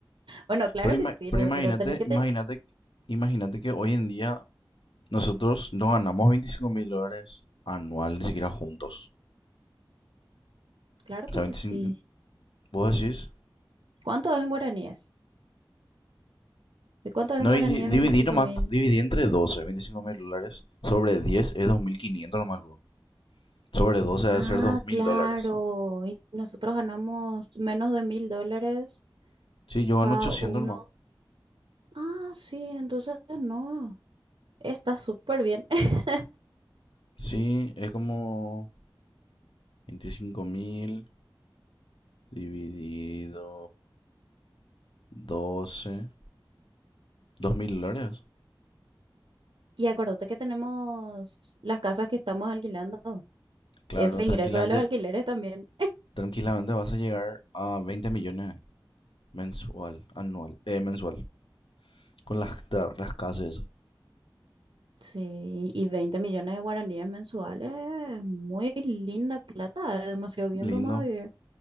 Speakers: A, on the right; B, on the left.
A: Bueno, claro
B: Pero,
A: que
B: ima-
A: sirve,
B: pero imagínate,
A: pero tenés que
B: imagínate,
A: tener...
B: imagínate que hoy en día nosotros no ganamos 25 mil dólares anual, ni siquiera juntos.
A: Claro
B: O
A: que
B: sea, 25
A: sí.
B: vos decís,
A: ¿Cuánto es en guaraníes? ¿Y cuánto es
B: no,
A: en guaraníes?
B: y di- dividí
A: veinticinco
B: nomás,
A: mil.
B: dividí entre 12 25 mil dólares, sobre 10 es 2.500 nomás luego. Sobre 12 debe
A: Ah,
B: ser dos mil
A: claro.
B: dólares.
A: Y nosotros ganamos menos de mil dólares
B: Sí, yo
A: cada
B: gano 800
A: uno.
B: nomás.
A: Ah, sí, entonces no. Está súper bien. <laughs>
B: Sí, es como 25.000 dividido doce, dos mil dólares.
A: Y acuérdate que tenemos las casas que estamos alquilando.
B: Claro,
A: ese ingreso
B: tranquilamente,
A: de los alquileres también.
B: tranquilamente vas a llegar a veinte millones mensual, anual, eh, mensual. Con las, tar- las casas, y eso.
A: Sí, y 20 millones de guaraníes mensuales, muy linda plata, demasiado bien
B: Lindo.
A: vamos a vivir.